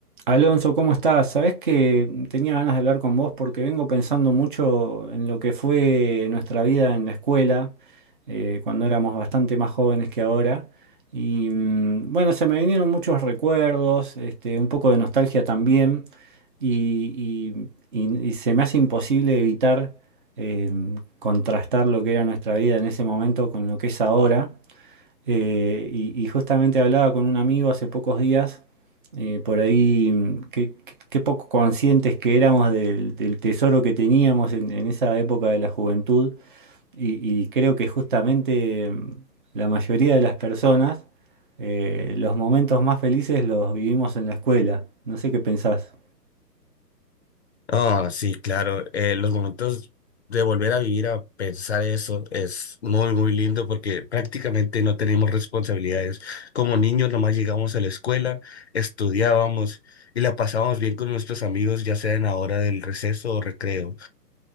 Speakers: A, on the right (about 30°); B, on the left (about 40°).
A: Alonso, ¿cómo estás? Sabés que tenía ganas de hablar con vos porque vengo pensando mucho en lo que fue nuestra vida en la escuela, eh, cuando éramos bastante más jóvenes que ahora. Y mm, bueno, se me vinieron muchos recuerdos, este, un poco de nostalgia también, y, y- y- y se me hace imposible evitar eh, contrastar lo que era nuestra vida en ese momento con lo que es ahora. Eh, y, y justamente hablaba con un amigo hace pocos días, eh, por ahí, mm, qué, qué- qué poco conscientes que éramos del, del tesoro que teníamos en, en esa época de la juventud. Y, y creo que justamente mm, la mayoría de las personas, eh, los momentos más felices los vivimos en la escuela. No sé qué pensás.
B: Ah, sí, claro. eh, los momentos de volver a vivir, a pensar eso, es muy, muy lindo porque prácticamente no tenemos responsabilidades. Como niños, nomás llegamos a la escuela, estudiábamos y la pasábamos bien con nuestros amigos, ya sea en la hora del receso o recreo.